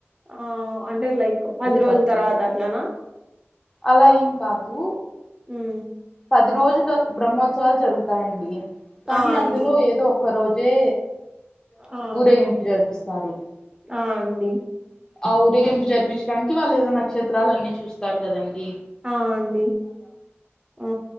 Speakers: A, on the right; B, on the left.
A: ఆ అంటే లైక్ పది రోజుల
B: పట్టి
A: తర్వాత అట్లనా
B: అలా ఏమ్ కాదు
A: ఉమ్
B: పది రోజు బ్రహ్మోత్సవాలు జరుగుతాయండి కానీ
A: ఆ అండి
B: అందులో ఏదో ఒక్క రోజే
A: ఆ
B: ఊరేగింపు జరిపిస్తారు
A: ఆ అండి
B: ఆ ఊరేగింపు జరిపించడానికి వాళ్ళు ఏదో నక్షత్రాలు అన్ని చూస్తారు కదండీ
A: అ అండి ఆ